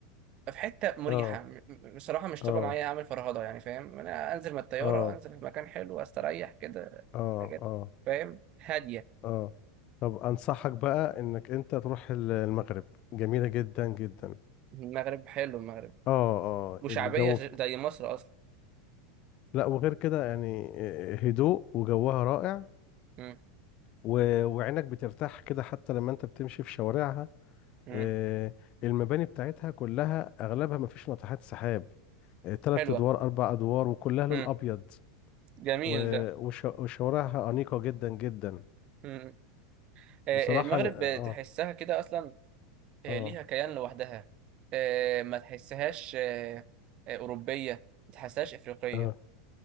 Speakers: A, on the right (about 40°); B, on the left (about 45°).
A: في حته مريحه
B: اه
A: م- م- بصراحه مش
B: اه
A: طالبه معايا اعمل فرهضه يعني فاهم انا انزل من الطياره
B: اه
A: انزل في مكان حلو استريح كده
B: اه
A: حاجات
B: اه
A: فاهم هاديه
B: اه طب انصحك بقى انك انت تروح ال- المغرب جميلة جدا جدا
A: المغرب حلو المغرب
B: اه اه
A: وشعبيه
B: الجو
A: زي
B: بت-
A: مصر اصلا
B: لا وغير كده يعني آه، هدوء وجوها رائع
A: مم.
B: و- وعينك بترتاح كده حتى لما انت بتمشي في شوارعها
A: مم.
B: آه، المباني بتاعتها كلها اغلبها ما فيش ناطحات سحاب آه، تلات
A: حلوه
B: ادوار اربع ادوار وكلها لون
A: مم.
B: ابيض
A: جميل
B: و- وش- وشوارعها انيقه جدا جدا
A: ده آه،
B: بصراحه
A: آه، المغرب
B: اه
A: تحسها كده اصلا آه،
B: اه
A: ليها كيان لوحدها آه، ما تحسهاش آه، آه، اوروبيه ما تحسهاش افريقيه
B: اه اه